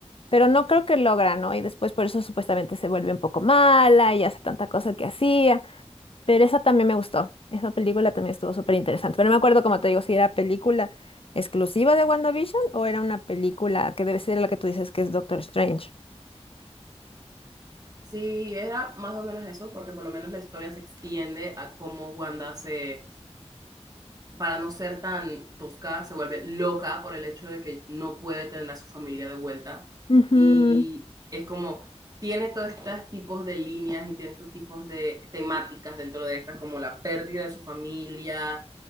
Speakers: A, on the left; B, on the right.
A: pero no creo que logra, ¿no? Y después por eso supuestamente se vuelve un poco mala y hace tanta cosa que hacía. Pero esa también me gustó. Esa película también estuvo súper interesante. Pero no me acuerdo, como te digo, si era película exclusiva de WandaVision o era una película que debe ser la que tú dices que es Doctor Strange.
B: Sí, era más o menos eso, porque por lo menos la historia se extiende a cómo Wanda se, para no ser tan tosca, se vuelve loca por el hecho de que no puede tener a su familia de vuelta.
A: Ujú.
B: Y es como, tiene todos estos tipos de líneas y tiene estos tipos de temáticas dentro de estas, como la pérdida de su familia,